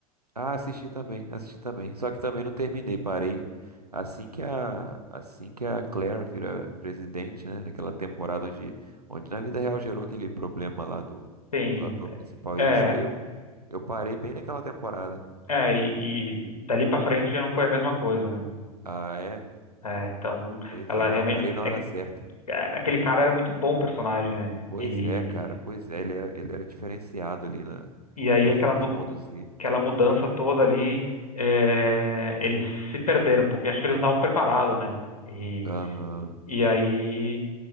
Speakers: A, on the right (about 85°); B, on the left (about 70°).
A: Ah, assisti também, assisti também. Só que também não terminei, parei. Assim que a, assim que a Claire vira presidente, né? Naquela temporada onde, onde na vida real gerou aquele problema lá do,
B: Tem,
A: do ator principal
B: é,
A: e ele saiu, eu parei bem naquela temporada.
B: é, e, e dali pra frente já não foi a mesma coisa, né?
A: Ah, é?
B: É, então,
A: Pois
B: ela
A: é, então
B: realmente,
A: eu parei na
B: é-
A: hora certa.
B: é- aquele cara era muito bom personagem, né?
A: Pois
B: E,
A: é, cara, pois é, ele era, ele era diferenciado ali na,
B: e aí
A: na
B: aquela,
A: forma
B: mu-
A: de conduzir.
B: aquela mudança toda ali, é, eles se perderam um pouco, e acho que eles não estavam preparados, né? E,
A: Aham.
B: e aí